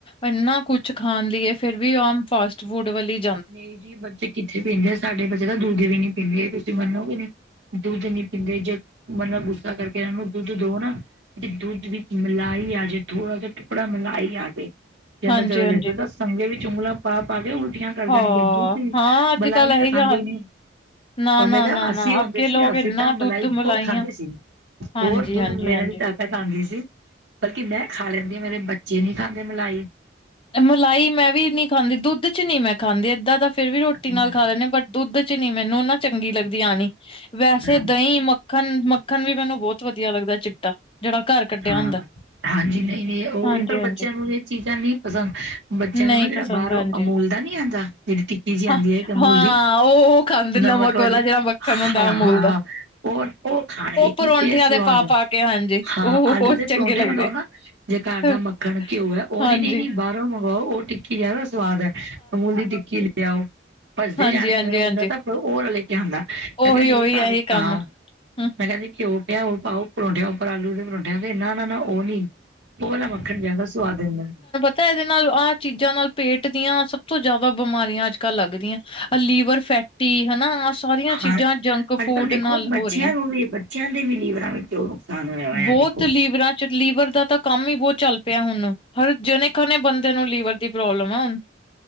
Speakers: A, on the left; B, on the right.
A: ਇੰਨਾ ਕੁਛ ਖਾਣ ਲਈ ਹੈ ਫੇਰ ਵੀ ਆਮ ਫਾਸਟ ਫੂਡ ਵਾਲੀ-
B: ਨਹੀਂ ਜੀ ਬੱਚੇ ਕਿੱਥੇ ਪੀਂਦੇ ਆ ਸਾਡੇ ਬੱਚੇ ਤਾਂ ਦੁੱਧ ਵੀ ਨੀ ਪੀਂਦੇ ਤੁਸੀਂ ਮੰਨੋਗੇ ਨੀ ਦੁੱਧ ਨਹੀ ਪੀਂਦੇ ਜੇ ਮਤਲਬ ਗੁੱਸਾ ਕਰਕੇ ਇਹਨਾਂ ਨੂੰ ਦੁੱਧ ਦਓ ਨਾ ਤੇ ਦੁੱਧ ਵਿੱਚ ਮਲਾਈ ਆ ਜੇ, ਥੋੜਾ ਜਿਹਾ ਟੁਕੜਾ ਮਲਾਈ ਆ ਜੇ ਜੇ
A: ਹਾਂਜੀ
B: ਅੰਦਰ ਚਲ
A: ਹਾਂਜੀ
B: ਜੇ ਫਿਰ ਤਾਂ ਸੰਗੇ ਵੀ ਉਗਲਾਂ ਪਾ- ਪਾ ਕੇ ਉਲਟੀਆਂ- -ਕਰ
A: ਹਾਂ
B: ਦੇਣਗੇ। ਦੁੱਧ
A: ਹਾਂ ਅੱਜ
B: ਮਲਾਈ
A: ਕੱਲ ਇਹੀ
B: ਤਾਂ ਖਾਂਦੇ
A: ਹਾਲ
B: ਨਹੀਂ-
A: ਨਾ,
B: ਓਰ
A: ਨਾ,
B: ਮੈਂ ਕਿਹਾ,
A: ਨਾ,
B: ਅੱਸੀ
A: ਨਾ
B: ਹੁੰਦੇ
A: ਅੱਗੇ
B: ਸੀ
A: ਲੋਕ
B: ਅੱਸੀਂ
A: ਇੰਨਾ
B: ਤਾਂ
A: ਦੁੱਧ
B: ਮਲਾਈ ਬਹੁਤ
A: ਮਲਾਈਆਂ
B: ਖਾਂਦੇ ਸੀ।
A: ਹਾਂਜੀ,
B: ਹੋਰ ਦੁੱਧ
A: ਹਾਂਜੀ,
B: <unintelligible>
A: ਹਾਂਜੀ।
B: ਆਉਂਦੀ ਸੀ। ਬਲਕਿ ਮੈਂ ਖਾ ਲੈਂਦੀ ਆ ਮੇਰੇ ਬੱਚੇ ਨਹੀ ਖਾਂਦੇ ਮਲਾਈ।
A: ਮਲਾਈ ਮੈਂ ਵੀ ਨੀ ਖਾਂਦੀ ਦੁੱਧ 'ਚ ਨਹੀ ਮੈਂ ਖਾਂਦੀ ਏਦਾਂ ਤਾਂ ਫੇਰ ਵੀ ਰੋਟੀ
B: ਹਾਂ
A: ਨਾਲ ਖਾ ਲੈਂਦੇ ਬਟ ਦੁੱਧ 'ਚ ਨੀ ਮੈਨੂੰ ਨਾ ਚੰਗੀ ਲੱਗਦੀ ਆਉਣੀ ਵੈਸੇ
B: ਹਾਂ
A: ਦਹੀਂ, ਮ ਮੱਖਣ, ਮੱਖਣ ਵੀ ਮੈਨੂੰ ਬਹੁਤ ਵਧੀਆ ਲੱਗਦਾ ਚਿੱਟਾ ਜਿਹੜਾ ਘਰ- ਕੱਢਿਆ
B: ਹਾਂ,
A: ਹੁੰਦਾ
B: ਹਾਂਜੀ ਨਹੀਂ -ਨਹੀਂ ਉਹ
A: ਹਾਂਜੀ,
B: ਈ ਪਰ
A: ਹਾਂਜੀ
B: ਬੱਚਿਆਂ ਨੂੰ ਇਹ ਚੀਜ਼ਾਂ ਨਹੀਂ ਪਸੰਦ। ਬੱਚਿਆਂ
A: ਨਹੀਂ
B: ਨੂੰ ਨਾ ਜਿਹੜਾ
A: ਪਸੰਦ
B: ਬਾਹਰੋ
A: ਹਾਂਜੀ।
B: ਅਮੂਲ ਦਾ ਨੀ ਆਉਂਦਾ ਜਿਹੜੀ ਟਿੱਕੀ ਜਿਹੀ
A: ਹਾਂ,
B: ਆਉਂਦੀ ਹੈ ਇੱਕ ਅਮੂਲ
A: ਹਾਂ
B: ਦੀ-
A: ਉਹ ਉਹ ਖਾਂਦੇ
B: ਨਮਕ ਵਾਲੀ
A: ਵਾਲਾ ਜਿਹੜਾ ਮੱਖਣ
B: ਹਾਂ-
A: ਹੁੰਦਾ ਅਮੂਲ
B: ਹਾਂ-
A: ਦਾ।
B: ਹਾਂ ਹੋਰ ਉਹ ਖਾਣਗੇ ਕੀ
A: ਪਰੌਂਠਿਆਂ
B: ਇਹ ਸਵਾਦ
A: ਦੇ ਪਾ
B: ਹੈ।
A: ਪਾ ਹਾਂਜੀ
B: ਹਾਂ
A: ਉਹ <unintelligible>
B: ਆਲੂ ਦੇ
A: ਚੰਗੇ
B: ਪਰੌਂਠੇ
A: ਲੱਗਦੇ।
B: ਮੰਗਵਾਓ ਨਾ ਜੇ ਘਰ
A: ਹਾਂਜੀ,
B: ਦਾ ਮੱਖਣ ਘਿਓ ਹੈ ਉਹ
A: ਹਾਂ ਹਾਂਜੀ,
B: ਨੀ ਨਹੀਂ ਨੀ ਬਾਹਰੋਂ ਮੰਗਵਾਓ ਉਹ ਟਿੱਕੀ ਜਾਦਾ ਸਵਾਦ ਹੈ ਅਮੂਲ ਦੀ ਟਿੱਕੀ ਲਿਆਓ ਭੱਜਦੇ
A: ਹਾਂਜੀ,
B: ਜਾਣਗੇ ਮੇਰਾ ਮੁੰਡਾ
A: ਹਾਂਜੀ।
B: ਤਾਂ ਹੋਰ ਲੈ ਕੇ ਆਉਂਦਾ ਮੈਂ
A: ਉਹੀ
B: ਕਿਹਾ ਨਹੀਂ
A: ਉਹੀ
B: ਘਰ
A: ਇਹੀ
B: ਤਾਂ
A: ਕੰਮ ਹੂੰ
B: ਮੈਂ ਕਹਿੰਦੀ ਘਿਓ ਪਿਆ ਉਹ ਪਾਓ ਪਰੌਂਠਿਆਂ ਉੱਪਰ ਆਲੂ ਦੇ ਪਰੌਂਠਿਆਂ ਤੇ ਨਾ -ਨਾ -ਨਾ ਉਹ ਨਈ ਉਹ ਵਾਲਾ ਮੱਖਣ ਜਿਆਦਾ ਸੁਵਾਦ ਦਿੰਦਾ।
A: ਤਾਂ ਇਹਦੇ ਨਾਲ ਆਹ ਚੀਜ਼ਾਂ ਨਾਲ ਪੇਟ ਦੀਆਂ ਸਭ ਤੋਂ ਜ਼ਿਆਦਾ ਬਿਮਾਰੀਆਂ ਅੱਜ- ਕੱਲ ਲੱਗਦੀਆਂ ਆ ਲੀਵਰ ਫੈਟੀ ਹਨਾ ਆ ਸਾਰੀਆਂ ਚੀਜ਼ਾਂ
B: ਹਾਂ
A: ਜੰਕ
B: ਅੱਜ
A: ਫੂਡ
B: ਕੱਲ੍ਹ ਦੇਖੋ
A: ਨਾਲ
B: ਬੱਚਿਆਂ
A: ਹੋ ਰਹੀਆਂ।
B: ਨੂੰ ਵੀ ਬੱਚਿਆਂ ਦੇ ਵੀ ਲੀਵਰਾਂ ਵਿੱਚ ਦੇਖੋ ਜੋ ਨੁਕਸਾਨ ਹੋਇਆ ਹੋਇਆ
A: ਬਹੁਤ
B: ਦੇਖੋ।
A: ਲੀਵਰਾਂ 'ਚ ਲੀਵਰ ਦਾ ਤਾਂ ਕੰਮ ਹੀ ਬਹੁਤ ਚੱਲ ਪਿਆ ਹੁਣ, ਹਰ ਜਣੇ -ਖਣੇ ਬੰਦੇ ਨੂੰ ਲੀਵਰ ਦੀ ਪ੍ਰੋਬਲਮ ਹੈ ਹੁਣ।